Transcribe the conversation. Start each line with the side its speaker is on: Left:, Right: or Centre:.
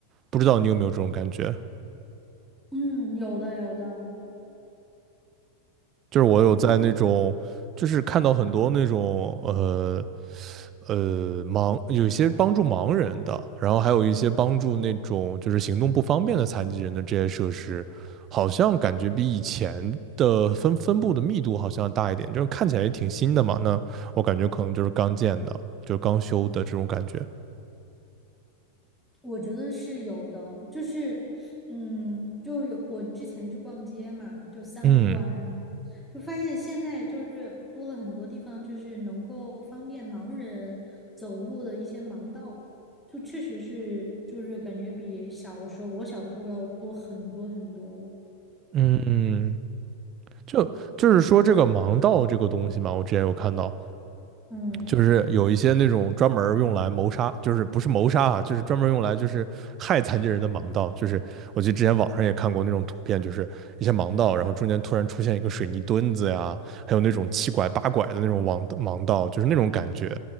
Right: 不知道你有没有这种感觉？
Centre: 嗯，有的有的，
Right: 就是我有在那种就是看到很多那种呃。
Centre: 就
Right: 呃，盲，有一些帮助盲人的，然后还有一些帮助那种就是行动不方便的残疾人的这些设施，好像感觉比以前的分分布的密度好像要大一点，就是看起来也挺新的嘛。那我感觉可能就是刚建的，就是刚修的这种感觉。
Centre: 我觉得是有的，就是嗯，就有我之前去逛街嘛，就散步啊什么的，
Right: 嗯
Centre: 就发现现在就是多了很多地方，就是能够方便盲人走路的一些盲道，就确实是就是感觉比小的时候我小的时候要多很多很多了，
Right: 嗯嗯，就就是说这个盲道这个东西嘛，我之前有看到，
Centre: 嗯，
Right: 就是有一些那种专门用来谋杀，就是不是谋杀啊，就是专门用来就是害残疾人的盲道。就是我记得之前网上也看过那种图片，就是一些盲道，然后中间突然出现一个水泥墩子呀，还有那种七拐八拐的那种盲盲道，就是那种感觉。